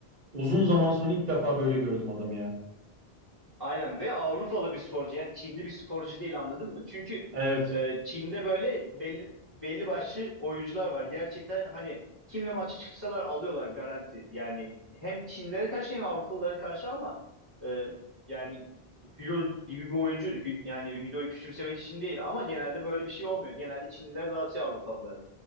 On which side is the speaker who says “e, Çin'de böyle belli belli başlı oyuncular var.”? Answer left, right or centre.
Right